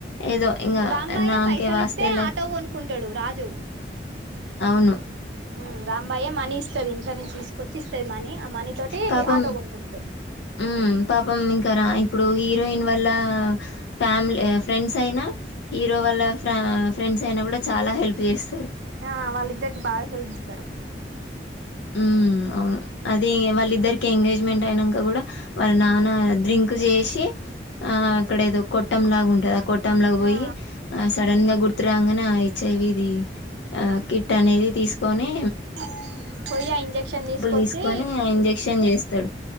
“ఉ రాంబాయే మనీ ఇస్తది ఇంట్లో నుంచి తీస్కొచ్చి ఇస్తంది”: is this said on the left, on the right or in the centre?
Right